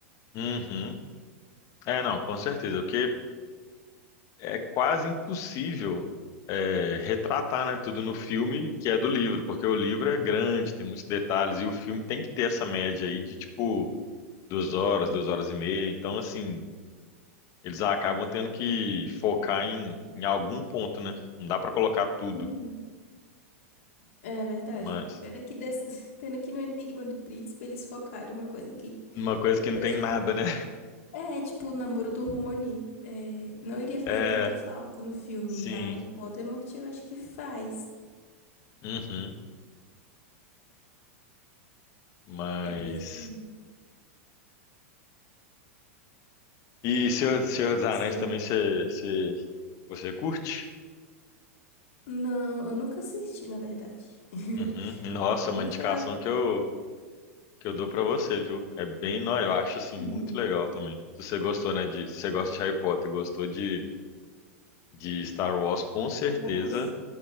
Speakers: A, on the left; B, on the left.
A: uhum. É, não, com certeza, porque é quase impossível é, retratar, né, tudo no filme que é do livro, porque o livro é grande, tem muitos detalhes, e o filme tem que ter essa média aí de tipo duas horas, duas horas e meia. Então, assim, eles acabam tendo que focar em, em algum ponto, né? Não dá para colocar tudo.
B: Uhum. É verdade.
A: Mas
B: Pena que, des... <laughs> Pena que no Enigma do Príncipe eles focaram uma coisa que,
A: Uma coisa que não
B: por
A: tem
B: exemplo,
A: nada, né?
B: é tipo o namoro do Rony, é, não iria fazer
A: É,
B: tanta falta no filme
A: sim.
B: já. O Voldemort eu acho que faz.
A: Uhum. Mas.
B: Pois é,
A: E Senhor, Senhor dos Anéis
B: não sei.
A: também você, você, você curte?
B: Não, eu nunca assisti, na verdade. <laughs>
A: Uhum. Nossa, uma
B: Nunca.
A: indicação que eu, que eu dou pra você, viu? É bem, não, eu acho assim
B: Uhum.
A: muito legal também. Se você gostou, né, de, se você gosta de Harry Potter, gostou de, de Star Wars, com certeza
B: Novas.